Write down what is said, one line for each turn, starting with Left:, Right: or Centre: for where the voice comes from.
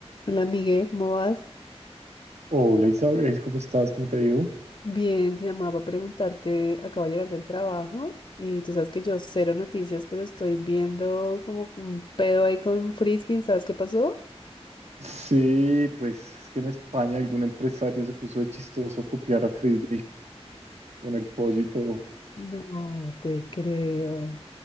Left: Hola, Miguel, ¿cómo vas?
Right: Hola Isabel, ¿cómo estás? ¿Cómo te ha ido?
Left: Bien, te llamaba para preguntarte, acabo de llegar del trabajo y tú sabes que yo cero noticias, pero estoy viendo como un pedo ahí con un frisbee, ¿sabes qué pasó?
Right: Sí, pues es que en España algún empresario se puso de chistoso a copiar a Frisbee con el pollo y todo.
Left: No te creo.